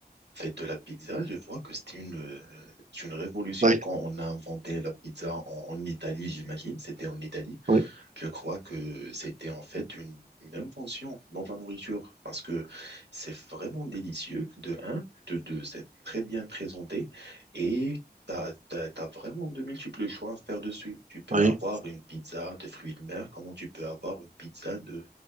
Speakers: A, on the right; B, on the right.
A: En fait, la pizza, je vois que c'était une, euh, c'est une révolution
B: Oui,
A: quand on a inventé la pizza en, en Italie, j'imagine. C'était en Italie.
B: oui,
A: Je crois que c'était en fait une, une invention dans la nourriture parce que c'est vraiment délicieux, de un, de deux, c'est très bien présenté et T'as, t'as, t'as vraiment de multiples choix à faire dessus. Tu peux
B: oui.
A: avoir une pizza de fruits de mer, comment tu peux avoir une pizza de,